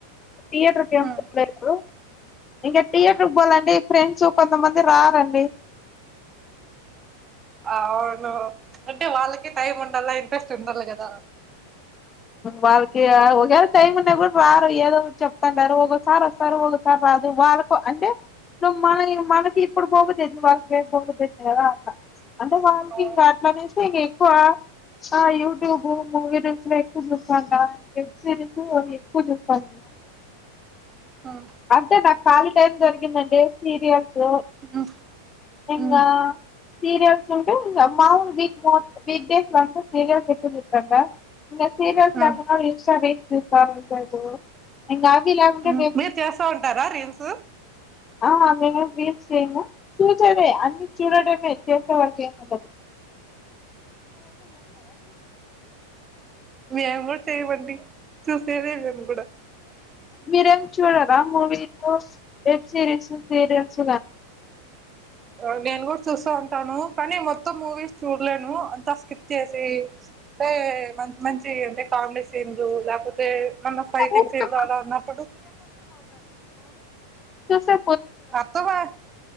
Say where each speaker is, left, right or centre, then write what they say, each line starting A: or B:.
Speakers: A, on the left; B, on the right.
A: థియేటర్ కేం
B: హ్మ్.
A: పోలేదు ఇంగ థియేటర్ కి పోలంటే ఫ్రెండ్స్ కొంతమంది రారండి
B: అవును అంటే వాళ్ళకి టైం ఉండలా ఇంట్రెస్ట్ ఉండల కదా
A: వాళ్కి ఒకాళ టైం వున్న కూడ రారు ఏదో చెప్తుంటారు ఒకసారి వస్తారు ఒకసారి రారు వాళ్ళకు అంటే ను మనయ్ మన ఇప్పుడు పోబుద్ది ఐతద్ బా రేప్ పోబుద్దైతది కదా అన్న అంటే వాల్కి
B: అవును.
A: ఇంక అట్లానేసే ఇంగే వా ఆ యూట్యూబ్ మూవీ రూల్స్ ఎ కు మాత్రం దాన్కే సరే పో ఎక్కువ చెప్పాలిన
B: హ్మ్,
A: అంతే న ఖాళీ టైమ్ దొరికిందంటె సీరియల్స్
B: హ్మ్,
A: ఇంగా
B: హ్మ్,
A: సీరియల్స్ ఉంటే, మామూల్ వీ మో వీక్ డేస్లంత సీరియల్స్ ఎక్కువ చూస్తంట. ఇంక సీరియల్స్
B: హ్మ్,
A: లాకున్న ఇన్స్టా రీల్ ఇంగ ఆ
B: హ్మ్.
A: కే వే
B: మీరు చేస్తా ఉంటారా రీల్స్
A: ఆ మేము రీల్స్ చేయము. చూసేదే అన్ని చూడటమే చేసే వరకు ఏముండదు.
B: మేము కూడా చేయమండి చూసేది నేను
A: మీరేం చూడరా మూవీ మూస్ వెబ్ సిరీస్ చు సీరియల్స్ గా
B: ఆ నేను కూడా చూస్తా ఉంటాను, కానీ మొత్తం మూవీస్ చూడలేను అంత స్కిప్. స్కిప్ చేసి ఇస్తే మ మంచియ్ అంటే కామెడీ సీన్లు లెక్పో తే మన్న ఫైటింగ్
A: ఊరికే
B: సీన్లు అలా ఉన్నప్పుడు
A: చూసా
B: కొత్తవా